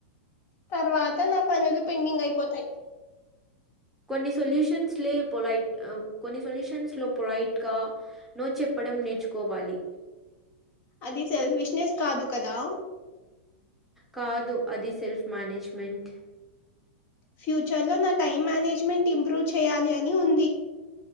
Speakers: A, on the left; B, in the centre.
A: తర్వాత నా పనులు పెండింగ్ అయిపోతాయి
B: కొన్ని సొల్యూషన్స్ లో పొలైట్ కొన్ని సొల్యూషన్స్ లో పొలైట్ గా నో చెప్పడం నేర్చుకోవాలి
A: అది సెల్ఫ విష్నెస్ కాదు కదా
B: కాదు అది సెల్ఫ్ మేనేజ్మెంట్
A: ఫ్యూచర్ లో నా టైం మేనేజ్మెంట్ ఇంప్రూవ్ చేయాలి అని ఉంది